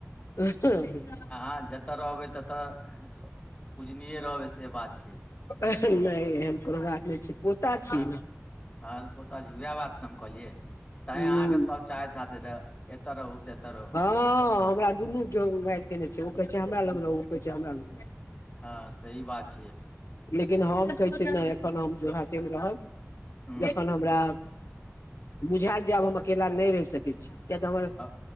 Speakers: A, on the left (about 60°); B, on the left (about 30°).
A: <unintelligible>
B: अहाँ जतऽ रहबै ततऽ स पूजनीये रहबै से बात छै।
A: अह नै एहन कोनो बात नै छै। पोता
B: हँ
A: छियै ने
B: त पोता छै उएह बात ने हम कहलियै तैं
A: ह ह
B: अहाँके सब चाहैत हैत जे एतऽ रहू त एतऽ रहू।
A: हँ हमरा दुनू <unintelligible> माइर केने छै ओ कहै छै हमरा लग रहु ओ कहै छै हमरा लग
B: हां सही बात छियै।
A: लेकिन हम कहै छीयै नै एखन हम <unintelligible> मे रहब
B: हूँ
A: जखन हम हमरा बुझैत जे आब हम अकेला नै रहि सकै छी किया तऽ हमर
B: अ-